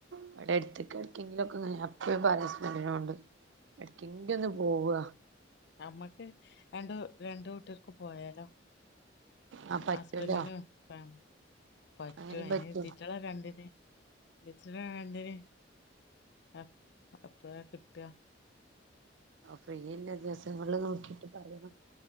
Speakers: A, on the right; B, on the left.
A: ഇവിടെ എടുത്തക്ക എടക്കെങ്കിലുംക്കങ്ങനെ ഞ എപ്പഴും പറി ഹസ്ബന്റിനോട് എടക്കെങ്കില ഒന്ന് പോവ
B: അമ്മക്ക് രണ്ട് രണ്ട് വീട്ടികർക്ക് പോയാലോ
A: ആ പറ്റൂല്ലോ
B: ഹസ്ബൻഡിനും ഫാമി പറ്റുവ
A: അങ്ങനെയും
B: അയ്ന്
A: പറ്റും
B: ഇതിറ്റങ്ങളാ രണ്ടിനും <unintelligible> വേണ്ടര് അ അപ്പ കിട്ട
A: ഫ്രീയില്ല ദിവസങ്ങള് നോക്കിട്ട് പറയണം